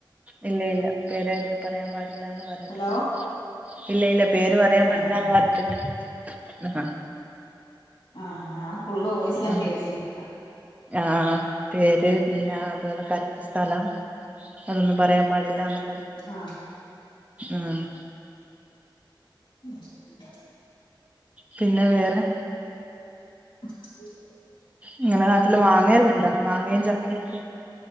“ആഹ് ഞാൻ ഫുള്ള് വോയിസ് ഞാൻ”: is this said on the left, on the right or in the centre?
Left